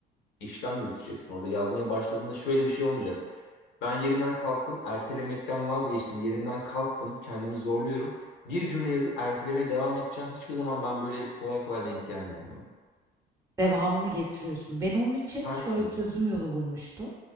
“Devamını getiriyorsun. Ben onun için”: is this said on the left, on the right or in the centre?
Right